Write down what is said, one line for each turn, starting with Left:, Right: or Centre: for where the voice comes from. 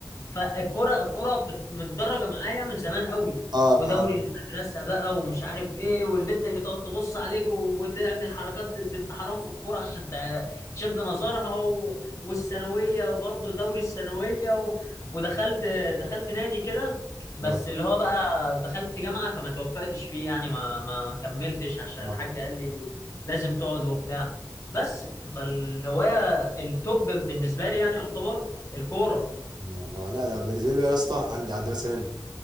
Left: فالكرة الكرة بت- متدرجة معايا من زمان قوي
Right: اه
Left: ودوري
Right: اه
Left: المدرسة بقى ومش عارف ايه والبت اللي تقعد تبص عليك و- وتعمل حركات بنت حرام في الكرة عشان تع- تشد نظرها و... والثانوية برضه دوري الثانوية و... ودخلت دخلت نادي كده بس
Right: اه
Left: اللي هو بقى دخلت جامعة فما توفقتش فيه يعني ما ما كملتش عشان
Right: اه
Left: الحاج قال لي لازم تقعد وبتاع بس فالهواية التوب بالنسبة لي يعني يعتبر الكورة
Right: والله لا لا بالنسبه لي بقى يا اسطى عندي عندي مثلا